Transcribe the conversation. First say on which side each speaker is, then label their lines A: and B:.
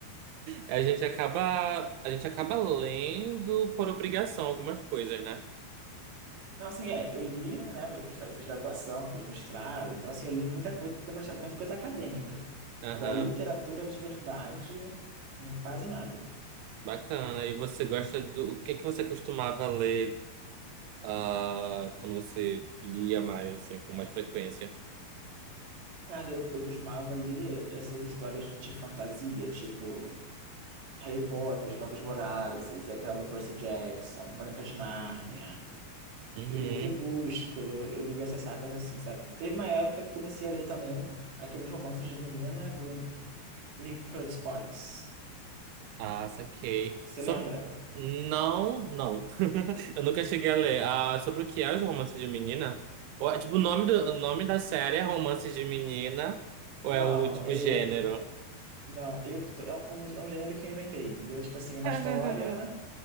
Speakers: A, on the right; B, on the right.
A: a gente acaba, a gente acaba lendo por obrigação algumas coisas, né?
B: Não, assim, é, eu li, né? Eu fiz, eu fiz graduação, eu fiz mestrado, então, assim, eu li muita coisa, mas é muita coisa acadêmica.
A: Aham.
B: Agora, literatura de verdade, hum, quase nada.
A: Bacana. E você gosta do, o que que você costumava ler, ah, quando você lia mais, assim, com mais frequência?
B: Cara, eu, eu costumava ler essas histórias de fantasia, tipo Harry Potter, Jogos Vorazes, aquela do Percy Jackson, Crônicas de Nárnia.
A: Uhum.
B: Eu lia Crepúsculo, eu lia essas sagas assim, sabe? Teve uma época que comecei a ler também aqueles romances de menina do Nicholas Sparks.
A: Ah, saquei.
B: Você
A: Sob-
B: lembra?
A: Não, não. <laughs> Eu nunca cheguei a ler. Ah, sobre o que é os romances de menina? Ou é, tipo, o nome, do, o nome da série é Romances de Menina? Ou
B: Não,
A: é o, tipo,
B: eu,
A: gênero?
B: não, eu que tô- é um, é um gênero que eu inventei, entendeu? Tipo assim,
A: <laughs>
B: é uma história,